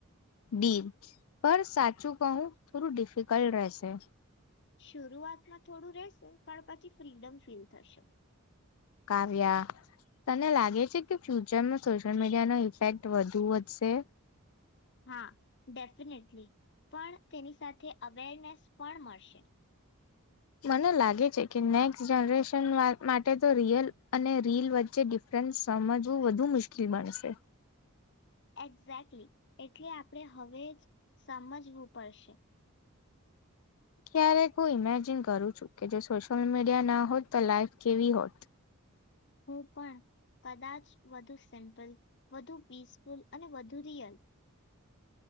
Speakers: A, on the left; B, on the left.
A: ડીલ પર સાચું કહું થોડું ડિફિકલ્ટ રહેશે.
B: શરૂઆતમાં થોડું રહેશે પણ પછી ફ્રીડમ ફીલ થશે.
A: કાવ્યા તને લાગે છે કે ફ્યુચરમાં સોશિયલ મીડિયાનો ઇફેક્ટ વધુ વધશે.
B: હા ડેફિનેટલી પણ તેની સાથે અવેરનેસ પણ મળશે.
A: મને લાગે છે કે નેક્સ્ટ જનરેશન માટે તો રિયલ અને રીલ વચ્ચે ડિફરન્સ સમજવું વધુ મુશ્કેલ બનશે.
B: એક્ઝેક્ટલી એટલે આપણે હવે જ સમજવું પડશે.
A: ક્યારેક હું ઇમેજિન કરું છું કે જો સોશિયલ મીડિયા ના હોત તો લાઈવ કેવી હોત.
B: હું પણ કદાચ વધુ સિમ્પલ વધુ પીસફુલ અને વધુ રિયલ